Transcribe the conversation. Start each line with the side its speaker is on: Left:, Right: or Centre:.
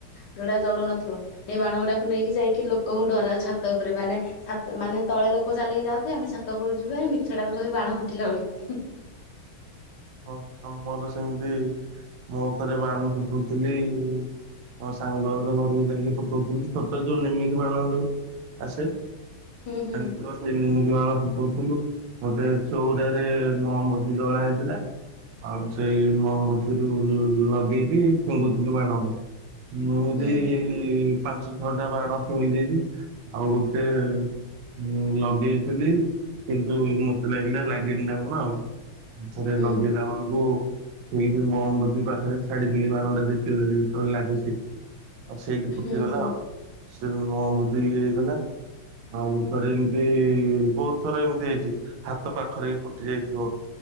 Left: ଯୋଉଡା ଜଳୁ ନଥିବ ସେଇ ବାଣ ଗୁଡାକୁ ନେଇକି ଯାଇକି ଲୋକଙ୍କୁ ଡରାଉ ଛାତ ଉପରେ ମାନେ ଛାତ ମାନେ ତଳେ ଲୋକ ଚାଲିକି ଯାଉଥିବେ। ଆମେ ଛାତ ଉପୁରରୁ ଯିବୁ ଆଉ ମିଛଡାରୁ କହିବୁ ବାଣ ଫୁଟିଲା ବୋଲି କି
Right: ହଁ ଆଉ ମୋର ସେମିତି ମୁଁ ଥରେ ବାଣ ଫୁଟଉଥିଲି। ମୋ ସାଙ୍ଗର ମୋର ବି ଧରିକି ଫୁଟଉଥିଲୁ ଛୋଟ ଯୋଉ ନେମିକି ବାଣ ଯୋଉ ଆସେ।
Left: ହୁଁ ହୁଁ
Right: <unintelligible> ତିନି ଜଣ ଫୁଟଉଥିଲୁ ଗୋଟେ ଚଉରାରେ ମହମବତୀ ଜଳା ହେଇଥିଲା। ଆଉ ସେଇ ମହମବତୀରୁ ଲଗେଇକି ଫିଙ୍ଗୁଥିଲୁ ବାଣକୁ। ମୁଁ
Left: ହୁଁ
Right: ବି ପାଞ୍ଚ, ଛଅଟା ବାଣ ଫିଙ୍ଗି ଦେଇଛି ଆଉ ଗୋଟେ। ମୁଁ ଲଗେଇଥିଲି କିନ୍ତୁ ମୋତେ ଲାଗିଲା ଲାଗିନି ନା କଣ ଆଉ। ଉଁ ଥରେ
Left: ହୁଁ
Right: ଲଗେ <unintelligible> ମହମବତୀ ପାଖରେ ଛାଡିଦେଲି <unintelligible> ଲାଗି ସେ। ଆଉ ସେଇଠି ଫୁଟିଗଲା
Left: ହୁଁ ହୁଁ
Right: ଆଉ ସେ ମୋ ମୁଦି ଇଏ ହେଇଗଲା। ଆଉ ଥରେ ଏମିତି ବହୁତ ଥର ଏମିତି ହେଇଛି। ହାତ ପାଖରେ ବି ଫୁଟି ଯାଇଥିବ